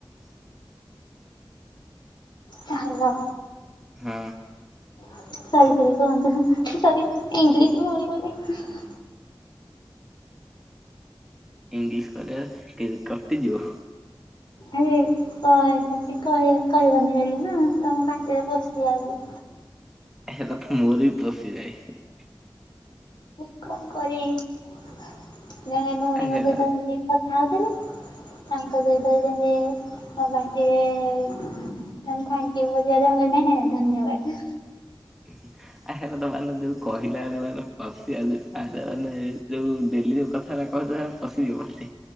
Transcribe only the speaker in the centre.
<inaudible>
ହୁଁ।
ଇଂଲିଶ କହିଲେ କି କଟିଯିବ।
ହେଟା ମୋର ବି ପଶିଯାଏ।
ଆ ହେରା
ଉଁ, ହୁଁ। ଆ ହେରା ତ, ମାନେ ଯୋଉ କହିଲା ବେଳେ, ମାନେ ପସିି ଆସିଥାଏ, ସେମାନେ ଯୋଉ ଡେଲି ଯୋଉ କଥାରା କଦେଖା ପସିଯିବ, ପସି।